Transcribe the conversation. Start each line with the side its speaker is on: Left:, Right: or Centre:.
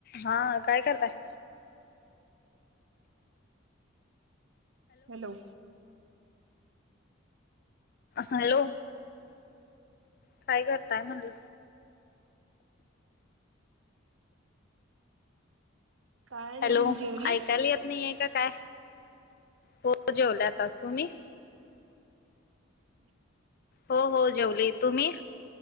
Left: हा, काय करताय?
Right: हॅलो?
Left: हॅलो? काय करताय म्हणलं?
Right: काय नाही
Left: हॅलो,
Right: जेवलीस
Left: ऐकायला येत नाहीये, का काय? हो जेवल आताच, तुम्ही? हो, हो, जेवली तुम्ही?